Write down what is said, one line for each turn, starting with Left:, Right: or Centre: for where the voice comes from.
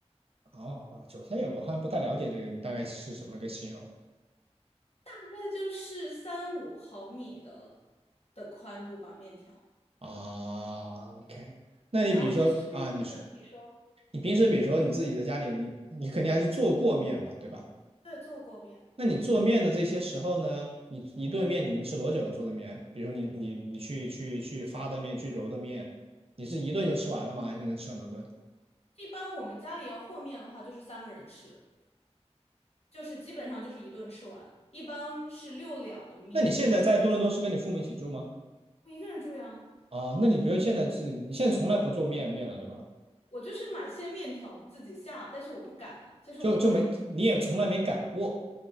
Right: 哦，韭菜叶我好像不太了解这个，你大概是什么个形容
Left: 大概就是三五毫米的的宽度吧，面条，
Right: 啊？OK，那你比如说啊，
Left: 然后吃，
Right: 你说
Left: 嗯，你说，
Right: 你平时比如说你自己在家里，你你肯定还是做过面吧，对吧？
Left: 对，做过面，
Right: 那你做面的这些时候呢，你一顿面你能吃多久呢？做的面，比如说你你你去去去发的面，去揉的面，你是一顿就吃完了吗？还是能吃很多顿？
Left: 一般我们家里要和面的话，就是三个人吃。就是基本上就是一顿吃完，一般是六两的面，
Right: 那你现在在多伦多是跟你父母一起住吗？
Left: 或者 <laughs> 我一个人住呀。
Right: 啊，那你比如现在是你现在从来不做面面了，对吧？
Left: 我就是买些面条自己下，但是我不敢了，就是我不自己
Right: 就就没你也从来没擀过